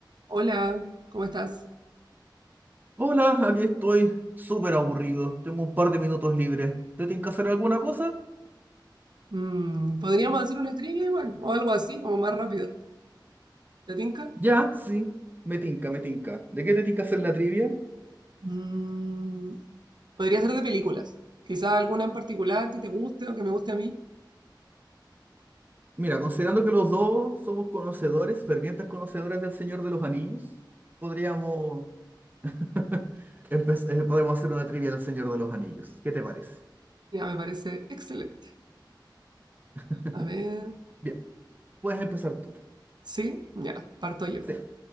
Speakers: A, on the right; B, on the right.
A: Hola, ¿cómo estás?
B: Hola, aquí estoy súper aburrido. Tengo un par de minutos libres. ¿Te tinca hacer alguna cosa?
A: Mm, podríamos hacer una trivia igual, o algo así, como más rápido. ¿Te tinca?
B: Ya, sí, me tinca, me tinca. ¿De qué te tinca hacer la trivia?
A: Mm, podría ser de películas. Quizá alguna en particular que te guste o que me guste a mí.
B: Mira, considerando que los dos somos conocedores, fervientes conocedores del Señor de los Anillos, podríamos <laughs> empe- eh, podemos hacer una trivia del Señor de los Anillos. ¿Qué te parece?
A: Ya, me parece excelente.
B: <laughs>
A: A ver,
B: Bien, puedes empezar tú.
A: ¿sí? Ya, parto yo.
B: Sí.